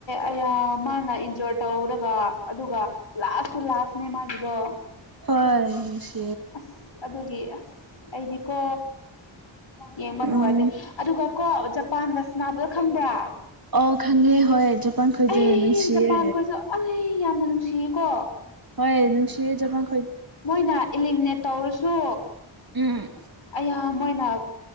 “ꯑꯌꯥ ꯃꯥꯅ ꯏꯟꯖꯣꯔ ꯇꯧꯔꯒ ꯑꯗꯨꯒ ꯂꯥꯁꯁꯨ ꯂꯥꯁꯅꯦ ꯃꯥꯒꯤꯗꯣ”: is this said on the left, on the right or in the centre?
Left